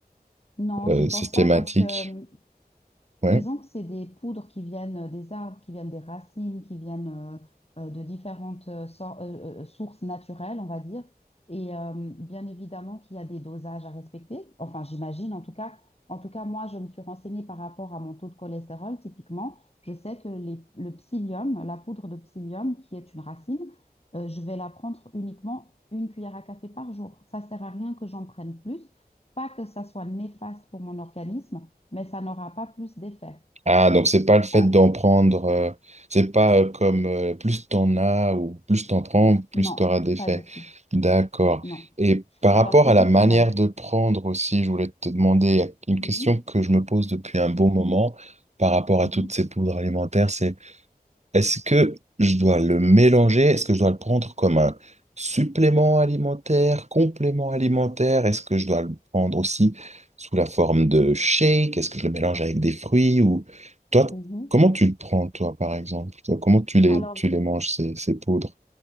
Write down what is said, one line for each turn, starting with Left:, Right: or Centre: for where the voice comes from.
Left: Non,
Right: euh,
Left: je ne pense
Right: systématique?
Left: pas parce que euh,
Right: Ouais.
Left: Disons que c'est des poudres qui viennent euh, des arbres, qui viennent des racines, qui viennent euh, euh, de différentes euh, sor- euh, euh, euh, sources naturelles, on va dire. Et euh, bien évidemment qu'il y a des dosages à respecter. Enfin, j'imagine en tout cas. En tout cas, moi, je me suis renseignée par rapport à mon taux de cholestérol. Typiquement, je sais que les- le psyllium, la poudre de psyllium, qui est une racine, euh, je vais la prendre uniquement une cuillère à café par jour. Ça sert à rien que j'en prenne plus. Pas que ça soit néfaste pour mon organisme mais ça n'aura pas plus d'effet.
Right: Ah, donc c'est pas le fait
Left: Euh,
Right: d'en prendre, euh, c'est pas euh, comme euh, plus t'en as ou plus t'en prends, plus
Left: non,
Right: t'auras d'effets.
Left: pas du tout.
Right: D'accord.
Left: Non.
Right: Et par
Left: Alors,
Right: rapport
Left: typiquement.
Right: à la manière de prendre aussi, je voulais te demander une
Left: Mhm,
Right: question que je me pose depuis un bon moment par rapport
Left: mhm,
Right: à toutes ces poudres alimentaires, c'est est-ce que je dois le mélanger? Est-ce que je dois le prendre comme un supplément alimentaire, complément alimentaire? Est-ce que je dois le prendre aussi sous la forme de shake? Est-ce que je le mélange avec des fruits? Ou toi,
Left: mhm.
Right: comment tu le prends, toi, par exemple? Toi, comment tu les,
Left: Alors,
Right: tu les manges, ces, ces poudres?